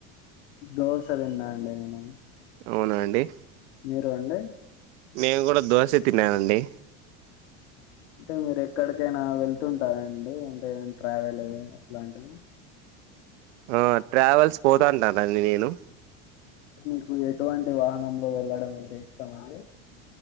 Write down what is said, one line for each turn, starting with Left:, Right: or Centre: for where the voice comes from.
Left: దోశ తిన్నా అండి నేను
Right: అవునా అండి
Left: మీరు అండి
Right: మేము కూడా దోశ తిన్నానండి
Left: అంటే మీరు ఎక్కడికైనా వెళ్తుంటారండి అంటే ట్రావెల్ అట్లాంటివి
Right: ఆ ట్రావెల్స్ పోతాంటానండి నేను
Left: మీకు ఎటువంటి వాహనంలో వెళ్ళడం అంటే ఇష్టం అండి